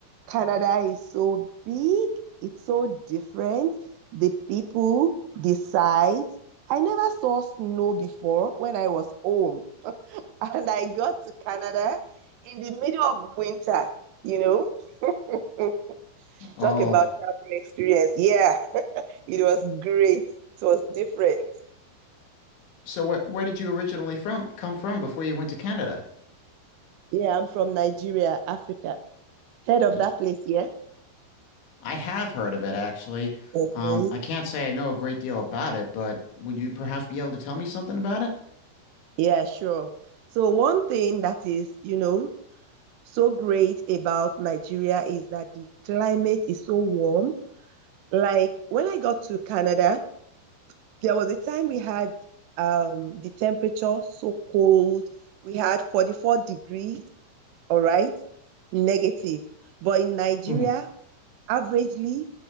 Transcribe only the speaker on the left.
Oh,
so where where did you originally from come from before you went to Canada?
Nige-
I have heard of it actually.
Um, I can't say I know a great deal about it, but would you perhaps be able to tell me something about it?
<laughs>